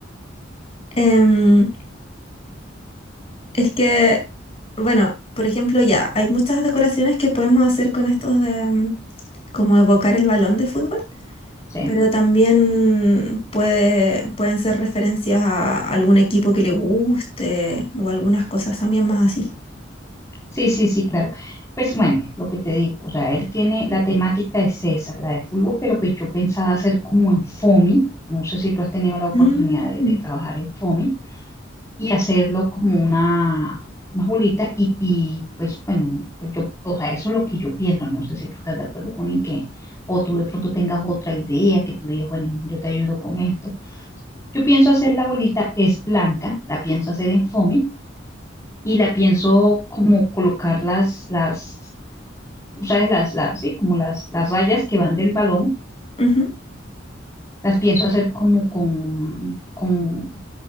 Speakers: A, on the left (about 30°); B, on the left (about 15°).
A: em, es que, bueno, por ejemplo, ya, hay muchas decoraciones que podemos hacer con estos de em, como evocar el balón de fútbol,
B: Sí,
A: pero también puede, pueden ser referencias a algún equipo que le guste o algunas cosas también más así.
B: sí, sí, sí, claro. Pues bueno, lo que te digo, o sea, él tiene, la temática es esa, la de fútbol, pero pues yo pensaba hacer como en FOMI, no sé si tú has tenido la oportunidad
A: Mm,
B: de, de trabajar en FOMI, y hacerlo como una, una bolita y, y, pues bueno, pues yo, o sea, eso es lo que yo pienso, no sé si tú estás de acuerdo con en que, o tú de pronto tengas otra idea que tú digas, bueno, yo te ayudo con esto. Yo pienso hacer la bolita, es blanca, la pienso hacer en FOMI y la pienso como colocar las, las, tú sabes, las, las, sí, como las, las rayas que van del balón,
A: ujú,
B: las pienso hacer como con, con,